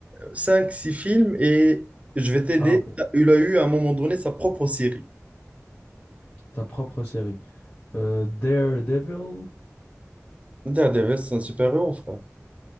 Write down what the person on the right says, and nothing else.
cinq six films et je vais t'aider.
Il a eu à un moment donné sa propre série.
Daredevil, c'est un super-héros, frère.